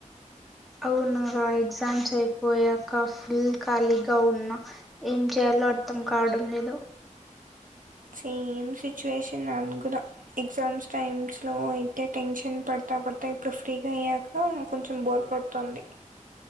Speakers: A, in the centre; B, on the right.
A: అవును ఎగ్జామ్స్ అయిపోయాక ఫుల్ ఖాళీగా ఉన్నా ఏం చేయాలో అర్థం కావడం లేదు
B: సేమ్ సిచుయేషన్ అను కూడా ఎగ్జామ్స్ టైమ్స్ లో అయితే టెన్షన్ పడతా పడతా ఇప్పుడు ఫ్రీగా అయ్యాక కొంచెం బోర్ కొడుతుంది